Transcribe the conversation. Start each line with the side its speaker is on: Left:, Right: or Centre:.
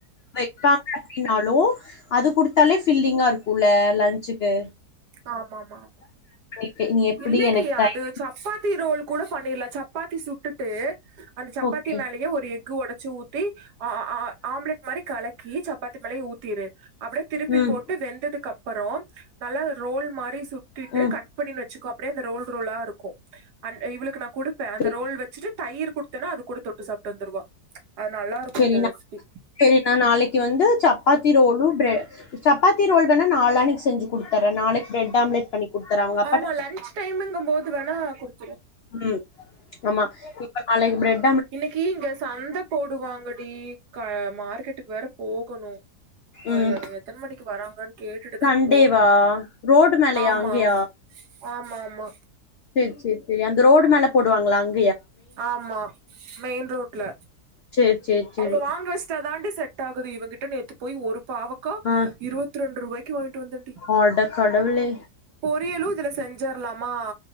Left: க்காங்க அப்டின்னாலும் அது குடுத்தாலே பில்டிங்கா இருக்கும்ல்ல லஞ்ச்சுக்கு
Right: ஆமாமா
Left: நீ எப்படி
Right: இல்லடி
Left: எனக்கு டைம்
Right: அது சப்பாத்தி ரோல் கூட பண்ணிடல சப்பாத்தி சுட்டுட்டு அந்த சப்பாத்தி
Left: ஓகே
Right: மேலயே ஒரு எக் ஒடச்சு ஊத்தி ஆ ஆம்லெட் மாரி கலக்கி சப்பாத்தி மேலயே ஊத்திரு அப்டியே திருப்பி
Left: ம்
Right: போட்டு வெந்ததுக்கு அப்புறம் நல்ல ரோல் மாரி சு ட்டிட்டு
Left: ம்
Right: கட் பண்ணி வெச் க்கோ அப்டியே அந்த ரோல் ரோலா இருக்கு இவளுக்கு நா குடுப்ப அந்த
Left: சரி
Right: ரோல் வெச்சுட்டு தயிர் குடுத் னா அது கூட தொட்டு சாட்டு வந்துருவா அது நல்லா இருக்கும்
Left: சரிண்ணா
Right: அந்த ரெசிபி
Left: சரிண்ணா நாளிக்கு வந்து chapati roll bread chapati roll வோ நாளானிக்கு செஞ்சு குடுத்தற நாளிக்கு ப்ரெட் ஆம்லட் பண்ணி கொடுத்துறேன் அவங்க
Right: ஆமா லன்ச் டைமுங்க போது அது வேணா குடு
Left: உம் ஆமா அன்னக்கி பிரட்
Right: இன்னிக்கு இங்க சந்த போடுவாங்க டி க மார்க்கெட்டுக்கு வேற போகணும் ஆ
Left: ம்
Right: எத்தன மணிக்கு வராங்கன்னு கேட்டுட்டுதான்
Left: சண்டேவா
Right: போனும்
Left: ரோடு மேலயா
Right: ஆமா
Left: அங்கேயா
Right: ஆமா ஆமா
Left: சேரி சேரி சேரி அந்த ரோடு மேல போடுவாங்களா அங்
Right: ஆமா மெயின் ரோட்ல
Left: சேரி சேரி சேரி
Right: அங்க வாங்கி வஸ்டா தாண்டி செட் ஆகுது இவங்கிட்ட நேத்து போய் ஒரு பாவக்கா
Left: ஆ
Right: இருவத்தி ரெண்டு ரூபாய்க்கு வாங்கிட்டு வந்தேண்டி
Left: அட கடவுளே
Right: பொரியலும் இதுல செஞ்சரலாமா